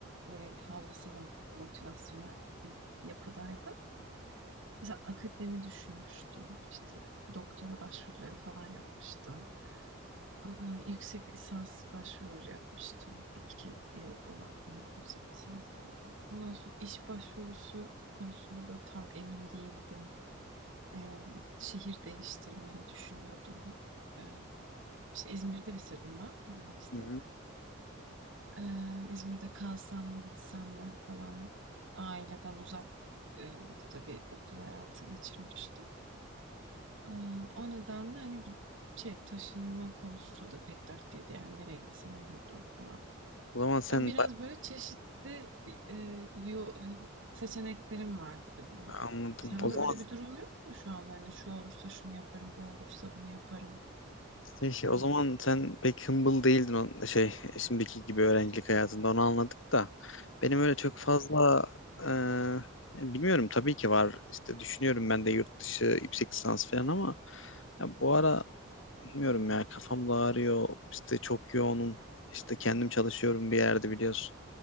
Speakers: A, on the right; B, on the left.
A: böyle fazlasıyla motivasyonel bir yapıdaydım. Mesela akademi düşünmüştüm. İşte doktora başvuruları falan yapmıştım. Aa, yüksek lisans başvuruları yapmıştım. iki yıl olan hani yüksek lisanslardan. Ondan sonra iş başvurusu konusunda böyle tam emin değildim. Ee, şehir değiştirmeyi düşünüyordum. Ee, işte İzmir'de bitirdim ben üniversiteyi.
B: Hı hı.
A: Ee, İzmir'de kalsam mı gitsem mi falan aileden uzak e, tabii okul hayatı geçirmiştim. Ee, o nedenle hani git- şey taşınma konusu da pek dertliydi yani nereye gitsem olurdu falan.
B: O zaman sen
A: Yani biraz
B: ba-
A: böyle çeşitli e, yo- seçeneklerim vardı diyeyim.
B: anladım.
A: Sende
B: O zaman
A: öyle bir durum yok mu şu anda hani şu olursa şunu yaparım, bu olursa bunu yaparım
B: Şey, şey,
A: gibi.
B: o zaman sen pek humble değildin o şey şimdiki gibi öğrencilik hayatında onu anladık da benim öyle çok fazla e, yani bilmiyorum tabii ki var işte düşünüyorum ben de yurt dışı yüksek lisans falan ama ya bu ara bilmiyorum ya kafam da ağrıyor işte çok yoğunum işte kendim çalışıyorum bir yerde biliyorsun